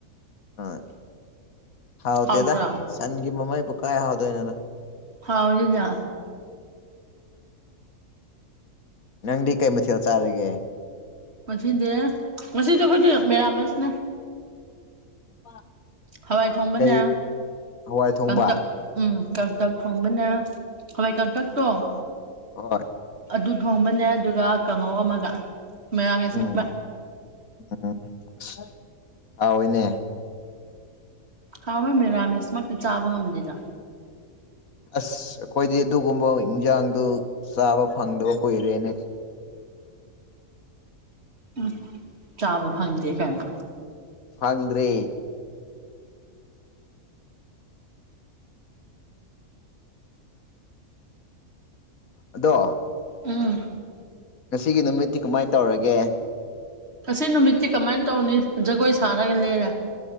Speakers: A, on the left; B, on the right.
A: ꯍꯣꯏ ꯍꯥꯎꯇꯦꯗ
B: ꯍꯥꯎꯇ꯭ꯔꯥ
A: ꯁꯟꯒꯤ ꯃꯃꯩꯕꯨ ꯀꯥꯏ ꯍꯥꯎꯗꯣꯏꯅꯣꯗ
B: ꯍꯥꯎꯋꯤꯗꯨꯗꯤ
A: ꯅꯪꯗꯤ ꯀꯩ ꯃꯊꯦꯜ ꯆꯥꯔꯒꯦ
B: ꯉꯁꯤꯗꯤ ꯉꯁꯤꯗꯤ ꯑꯩꯈꯣꯏꯗꯤ ꯃꯦꯔꯥꯃꯦꯁꯅꯦ
A: ꯅꯨꯄꯥ
B: ꯍꯋꯥꯏ ꯊꯣꯡꯕꯅꯦ
A: ꯀꯩ ꯍꯋꯥꯏ ꯊꯣꯡꯕ
B: ꯀꯥꯡꯇꯛ ꯎꯝ ꯀꯥꯡꯇꯛ ꯊꯣꯡꯕꯅꯦ ꯍꯋꯥꯏ ꯀꯥꯡꯇꯛꯇꯣ
A: ꯑꯣ ꯍꯣꯏ
B: ꯑꯗꯨ ꯊꯣꯡꯕꯅꯦ ꯑꯗꯨꯒ ꯀꯥꯡꯉꯧ ꯑꯃꯒ ꯃꯦꯔꯥ ꯃꯦꯁꯅꯦꯕ
A: ꯎꯝ ꯎꯝ ꯍꯥꯎꯏꯅꯦ
B: ꯍꯥꯎꯋꯦ ꯃꯦꯔꯥꯃꯦꯁꯃꯛꯇꯤ ꯆꯥꯕ ꯉꯝꯗꯦꯗ
A: ꯑꯁ ꯑꯩꯈꯣꯏꯗꯤ ꯑꯗꯨꯒꯨꯝꯕ ꯏꯟꯖꯥꯡꯗꯨ ꯆꯥꯕ ꯐꯪꯗꯕ ꯀꯨꯏꯔꯦꯅꯦ
B: ꯎꯝ ꯆꯥꯕ ꯐꯪꯗꯦ ꯀꯥꯏꯅ
A: ꯐꯪꯗ꯭ꯔꯦ ꯑꯗꯣ
B: ꯎꯝ
A: ꯉꯁꯤꯒꯤ ꯅꯨꯃꯤꯠꯇꯤ ꯀꯃꯥꯏꯟ ꯇꯧꯔꯒꯦ
B: ꯉꯁꯤ ꯅꯨꯃꯤꯠꯇꯤ ꯀꯃꯥꯏꯟ ꯇꯧꯅꯤ ꯖꯒꯣꯏ ꯁꯥꯔꯒ ꯂꯦꯜꯂꯦ